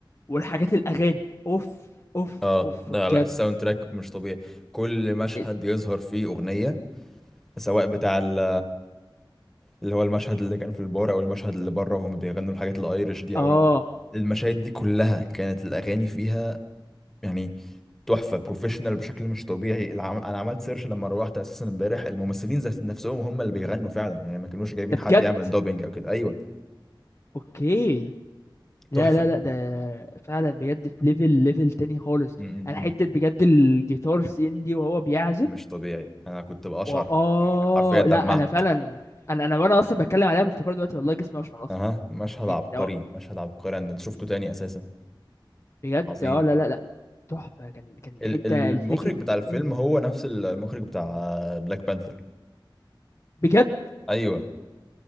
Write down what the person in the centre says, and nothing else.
اه
ده
لا الساوند تراك مش طبيعي كل مشهد
يظهر فيه اغنيه سواء بتاع ال اللي هو المشهد اللي كان في البار او المشهد اللي بره وهم بيغنوا الحاجات الايرش دي
او ال- المشاهد دي كلها كانت الاغاني فيها يعني تحفه بروفيشنال بشكل مش طبيعي العم... انا عملت سيرش لما روحت اساسا امبارح الممثلين ذات نفسهم هم اللي بيغنوا فعلا يعني ما كانوش جايبين
حد يعمل دوبينج او كده ايوه
تحفه
م- م-
م.
مش طبيعي انا كنت بقشعر
يعني حرفيا دمعت
اها مشهد
عبقري
مشهد عبقري انا شفته تاني اساسا
عظيم
ال-
المخرج
بتاع الفيلم
هو نفس المخرج بتاع بلاك بانثر
ايوه